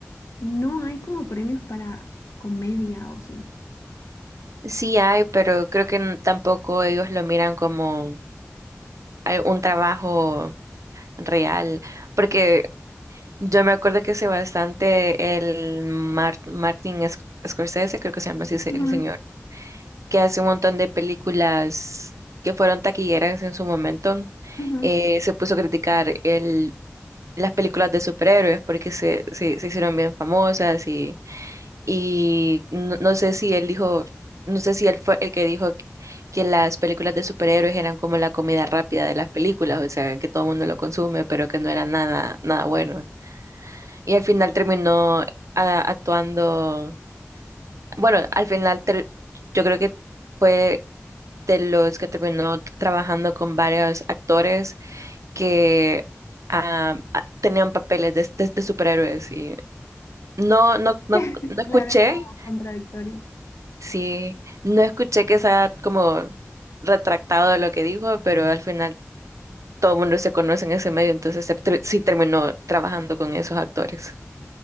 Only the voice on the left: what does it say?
no hay como premios para comedia o sí.
Ujú,
ujú.
<laughs>
Claro, es como contradictorio.